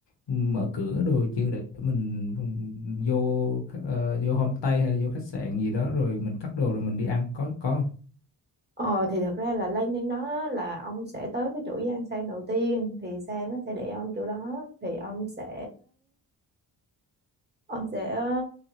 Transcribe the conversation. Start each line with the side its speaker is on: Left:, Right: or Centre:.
Left: mở cửa đồ chưa để mình mình vô khách- ờ, vô homestay hay là vô khách sạn gì đó rồi mình cắt đồ rồi mình đi ăn có có không?
Right: ờ thì thật ra là landing đó là ông sẽ tới cái chỗ Giang Sang đầu tiên thì xe nó sẽ để ông chỗ đó thì ông sẽ ông sẽ ờ,